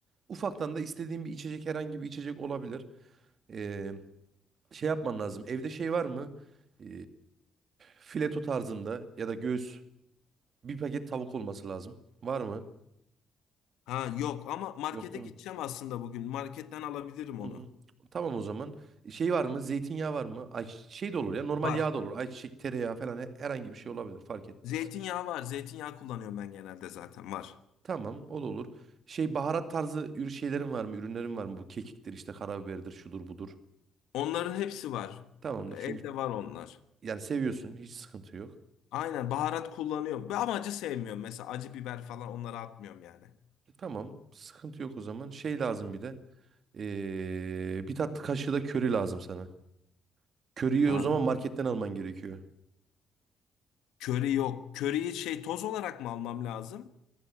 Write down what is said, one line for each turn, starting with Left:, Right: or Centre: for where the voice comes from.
Right: Ufaktan da istediğin bir içecek herhangi bir içecek olabilir. Ee, şey yapman lazım. Evde şey var mı? Ee, fileto tarzında ya da göğüs bir paket tavuk olması lazım. Var mı?
Left: Ha yok ama markete
Right: Yoksa. Hı.
Left: gideceğim aslında bugün marketten alabilirim
Right: Hı
Left: onu.
Right: hı. Tamam o zaman. E, Şey var mı? Zeytinyağı var mı? Ay, şey de olur ya. Normal
Left: Var.
Right: yağ da olur. Ayçiçek, tereyağı falan he- herhangi bir şey olabilir. Fark etmez.
Left: Zeytinyağı var. Zeytinyağı kullanıyorum ben genelde zaten var.
Right: Tamam o da olur. Şey baharat tarzı ür şeylerin var mı? Ürünlerin var mı? Bu kekiktir işte karabiberdir şudur budur.
Left: Onların hepsi var.
Right: Tamamdır.
Left: Evde
Right: Çünkü
Left: var onlar.
Right: yani seviyorsun hiç sıkıntı yok.
Left: Aynen baharat kullanıyorum. Ve Ama acı sevmiyorum. Mesela acı biber falan onları atmıyorum yani.
Right: Tamam sıkıntı yok o zaman. Şey lazım bir de. ee, bir tatlı kaşığı da köri lazım sana. Köriyi
Left: Ha,
Right: o zaman marketten alman gerekiyor.
Left: köri yok. Köriyi şey toz olarak mı almam lazım?